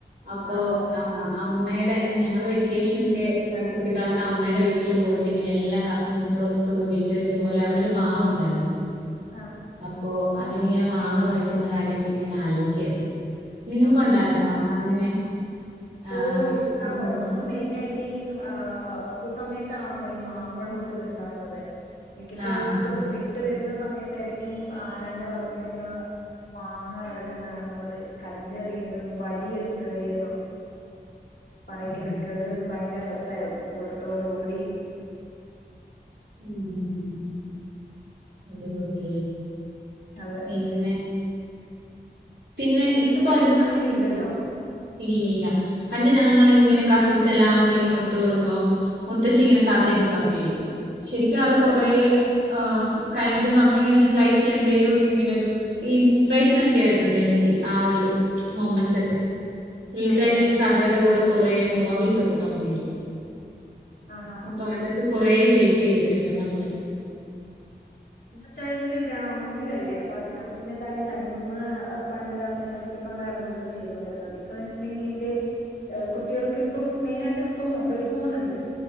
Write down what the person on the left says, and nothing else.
ആ
ആ
ആണല്ലേ
ഓ...
ഇഷ്ടം
പോലെ. നമ്മള് മെയിനായി ടീം... ആ... ഹ്... സ്കൂൾ സമയത്താണല്ലോ ഈ മാമ്പഴം കൂടുതൽ ഉണ്ടാവുന്നത്. മിക്കപ്പോഴും
സ്കൂളൊക്കെ
വിട്ടു വരുന്ന സമയത്തായിരിക്കും ആരാന്റെ പറമ്പിലൊക്ക മാങ്ങ കിടക്കന്നെ കാണുന്നത്. കല്ലെറിയലും, വടിയെടുത്തെറിയലും പറിക്കലക്കതൊരു
ഭയങ്കര രസായിരുന്നു. കൂട്ടത്തോടു കൂടി -
അതെ
ഇപ്പത്തെ
പിള്ളേരൊന്നും അങ്ങനെ ഇല്ലല്ലോ
അതെ
ആണല്ലേ
ആഹാ
എന്ന്വെച്ചാൽ അത് ഒരു ഗ്രാമത്തിലല്ലേ... അപ്പോ ആ ഗ്രാമത്തിന്റേതായ തനിമ.. പണ്ട് നിലനിർത്തി ക്കൊണ്ടായിരുന്നല്ലോ ചെയ്തൊണ്ടിരുന്നത്. ഇപ്പന്ന് വെച്ചിട്ടണ്ടെങ്കില് കുട്ടികൾക്ക് ഇപ്പം മെയിനായിട്ട് ഇപ്പം മൊബൈൽ ഫോണുണ്ട്